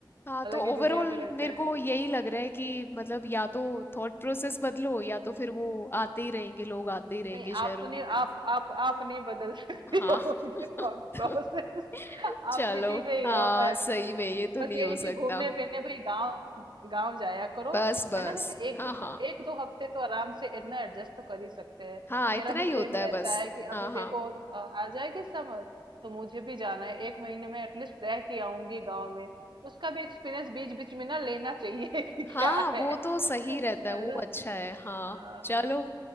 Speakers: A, on the left; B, on the right.
A: हाँ
B: अलग
A: तो
B: ही
A: ओवरऑल
B: दुनिया में रहते
A: मेरे
B: हैं
A: को
B: वो।
A: यही लग रहा है कि मतलब या तो थॉट प्रोसेस बदलो या तो फिर वो आते ही रहेंगे लोग आते ही रहेंगे
B: नहीं
A: शहरों
B: आप तो नहीं
A: की तरफ
B: आप आप आप नहीं बदल सकती
A: हाँ
B: हो उनकी थॉट
A: <laughs>
B: प्रोसेस
A: चलो
B: आप सिटी में ही
A: हाँ
B: रहो है
A: सही में ये तो
B: बस
A: नहीं
B: ये
A: हो
B: है
A: सकता
B: कि घूमने फिरने भाई गांव गांव जाया करो
A: बस बस
B: है ना जैसे एक
A: हाँ
B: दो
A: हाँ
B: एक दो हफ्ते तो आराम से इतना एडजस्ट तो कर ही सकते हैं
A: हाँ
B: मेरा
A: इतना ही
B: भी सेम
A: होता
B: रहता
A: है बस
B: है कि
A: हाँ
B: अभी
A: हाँ
B: देखो अ, आ जाएगी समर तो मुझे भी जाना है एक महीने में एटलीस्ट रह के आऊंगी गांव में उसका भी एक्सपीरियंस बीच बीच में ना लेना चाहिए कि क्या
A: हाँ वो
B: है
A: तो सही रहता
B: है
A: है वो
B: ना
A: अच्छा है हाँ
B: हाँ
A: चलो
B: हाँ